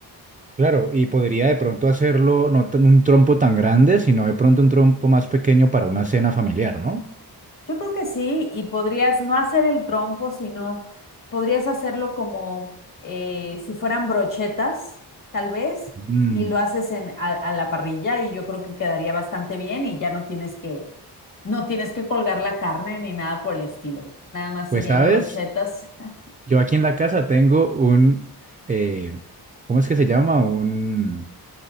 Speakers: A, on the right; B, on the left.
A: Claro, y podría de pronto hacerlo no tan- un trompo tan grande, sino de pronto un trompo más pequeño para una cena familiar, ¿no?
B: Yo creo que sí, y podrías no hacer el trompo, sino podrías hacerlo como eh, si fueran brochetas, tal vez,
A: Mm,
B: y lo haces en, a, a la parrilla y yo creo que quedaría bastante bien y ya no tienes que, no tienes que colgar la carne ni nada por el estilo. Nada más
A: pues
B: serían
A: sabes,
B: brochetas, <laughs>
A: yo aquí en la casa tengo un, eh, ¿cómo es que se llama? un